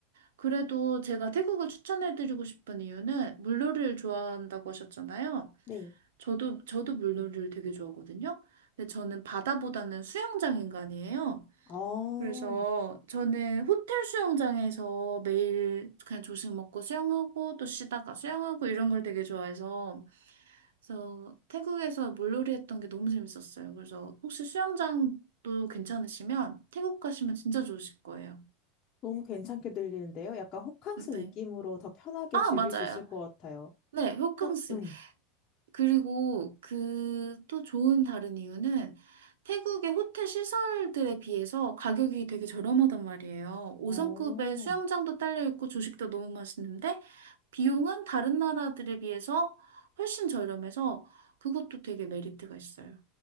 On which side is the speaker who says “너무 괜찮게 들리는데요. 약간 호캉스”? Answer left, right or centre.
Left